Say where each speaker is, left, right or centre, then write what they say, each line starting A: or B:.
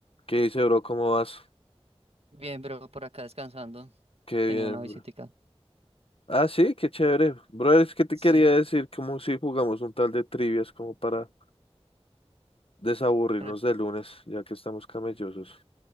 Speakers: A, on the left; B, on the right.
A: ¿Qué dice, bro? ¿Cómo vas?
B: Bien, bro, por acá descansando.
A: Qué
B: Tenía
A: bien,
B: una visitica.
A: bro. Ah, sí, qué chévere. Bro, es que te
B: Sí.
A: quería decir como si jugamos un tal de trivias como para desaburrirnos
B: Re-
A: de lunes, ya que estamos camellosos.